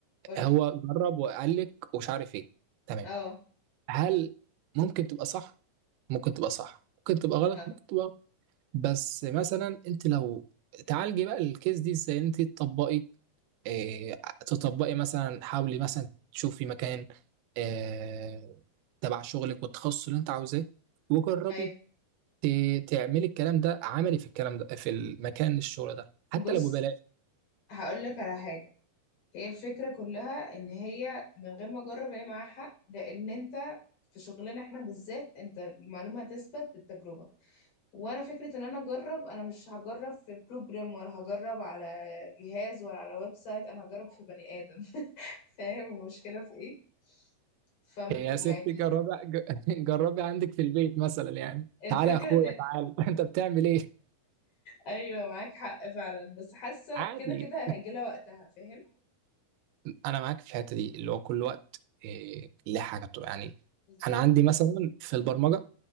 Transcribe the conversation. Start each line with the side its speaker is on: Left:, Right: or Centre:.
Left: قولي
Right: هو جرب وقال لك ومش عارف ايه تمام
Left: اه
Right: هل ممكن تبقى صح ممكن تبقى صح ممكن تبقى غلط
Left: اه
Right: ممكن تبقى غلط. بس مثلا انت لو تعالجي بقى الكيس دي ازاي انت تطبقي اه تطبقي مثلا حاولي مثلا تشوفي مكان اه تبع شغلك والتخصص اللي انت عاوزاه وجربي
Left: ايوه
Right: ت- تعملي الكلام ده عملي في الكلام ده في المكان الشغل ده
Left: بص
Right: حتى لو ببلاش
Left: هقولك على حاجة هي الفكرة كلها ان هي من غير ما اجرب هي معاها حق لان انت في شغلنا احنا بالذات انت المعلومة هتثبت بالتجربة وانا فكرة ان انا اجرب انا مش هجرب في بروجرام ولا هجرب على جهاز ولا على ويب سايت انا هجرب في بني ادم <laughs> فاهم المشكلة في ايه ف
Right: <laughs> يا ستي
Left: يعني
Right: جربي <laughs> ج- جربي عندك في البيت مثلا يعني
Left: الفكرة
Right: تعالى يا اخويا
Left: ان
Right: تعالى <laughs> انت بتعمل ايه
Left: ايوه معاك حق فعلا بس حاسة
Right: عادي
Left: كده كده هيجي لها وقتها فاهم
Right: انا معاك في الحته دي اللي هو كل وقت إيه ليه حاجه بتبقى يعني
Left: بالظبط
Right: انا عندي مثلا في البرمجه